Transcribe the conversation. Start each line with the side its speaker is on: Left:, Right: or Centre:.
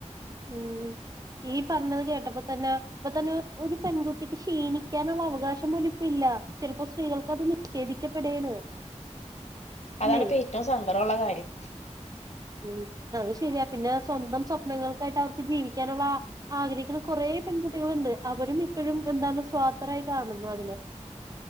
Right: ഉം ഈ പറഞ്ഞത് കേട്ടപ്പോ തന്നെ ഇപ്പൊ തന്നെ ഒരു പെൺകുട്ടിക്ക് ക്ഷീണിക്കാനുള്ള അവകാശം പോലിപ്പില്ല ചിലപ്പോ സ്ത്രീകൾക്ക് അത് നിഷേധിക്കപ്പെടേണ്
Left: അതണിപ്പ
Right: ഇല്ലേ
Left: ഏറ്റവും സങ്കടമുള്ള കാര്യം
Right: ഉം അത് ശരിയാ പിന്നെ സ്വന്തം സ്വപ്നങ്ങൾക്കായിട്ട് അവർക്ക് ജീവിക്കാനുള്ള ആഗ്രഹിക്കുന്ന കുറേ പെൺകുട്ടികളുണ്ട് അവരും ഇപ്പഴും എന്താണ് സ്വാർതരായി കാണുന്നു അതിന്